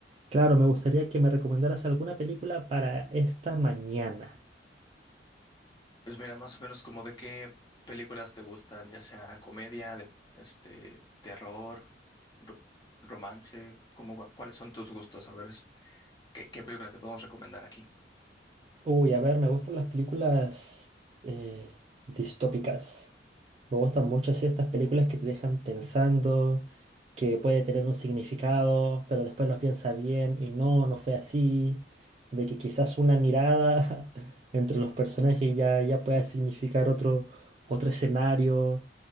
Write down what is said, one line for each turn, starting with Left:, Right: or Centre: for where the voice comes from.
Right: claro, me gustaría que me recomendaras alguna película para esta mañana.
Left: Pues mira, más o menos como de qué películas te gustan, ya sea comedia, de este terror, ro- romance, como gua- cuáles son tus gustos, a ver es- qué, qué película te podemos recomendar aquí.
Right: Uy, a ver, me gustan las películas eh, distópicas. Me gustan mucho así estas películas que te dejan pensando, que puede tener un significado, pero después lo piensas bien y no, no fue así. De que quizás una mirada <laughs> entre los personajes ya, ya pueda significar otro, otro escenario.